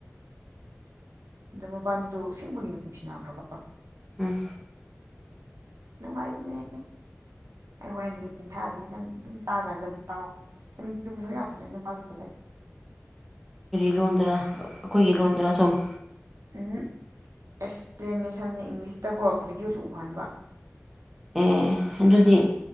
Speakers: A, on the right; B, in the centre.
A: ꯑꯗꯣ ꯃꯕꯥꯅꯤꯗꯣ ꯑꯁꯦꯡꯕꯒꯤ ꯅꯨꯡꯁꯤꯅꯈ꯭ꯔꯕ
B: ꯎꯝ
A: ꯅꯨꯡꯉꯥꯏꯕꯅꯦ ꯑꯩ ꯍꯣꯔꯦꯟ ꯂꯤꯡ ꯊꯥꯕꯤꯒꯤ ꯅꯪ ꯑꯗꯨꯝ ꯇꯥꯒꯜꯂꯗꯤ ꯇꯥꯎ ꯍꯦꯔꯣꯅꯤꯗꯣ ꯃꯁꯛ ꯌꯥꯝ ꯐꯖꯩ ꯅꯨꯄꯥꯁꯨ ꯐꯖꯩ
B: ꯀꯔꯤ ꯂꯣꯟꯗꯔ ꯑꯩꯈꯣꯏꯒꯤ ꯂꯣꯟꯗꯔ ꯁꯨꯝ
A: ꯎ ꯑꯦꯛꯁꯄ꯭ꯂꯦꯅꯦꯁꯟꯅꯦ ꯏꯪꯂꯤꯁꯇꯀꯣ ꯚꯤꯗꯤꯑꯣꯁꯨ ꯎꯍꯟꯕ
B: ꯑꯦ ꯑꯗꯨꯗꯤ